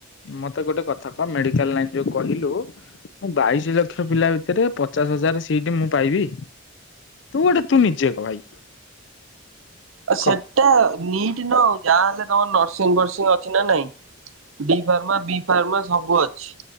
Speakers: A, on the left; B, on the right.
A: ମତେ ଗୋଟେ କଥା କହ ମେଡିକାଲ ଲାଇନ ଯୋଉ କହିଲୁ ମୁଁ ବାଇଶି ଲକ୍ଷ ପିଲା ଭିତରେ ପଚାଶ ହଜାର ସିଟ ମୁଁ ପାଇବି? ତୁ ଗୋଟେ ତୁ ନିଜେକହ ଭାଇ।
B: ଆ ସେଟା
A: କହ
B: ନିଟ୍ ନଉ ଯାହାହଲେ ତମର ନର୍ସିଂ ଫର୍ସିଂ ଅଛି ନା ନାଇଁ। ଡି ଫାର୍ମା ବି ଫାର୍ମା ସବୁ ଅଛି।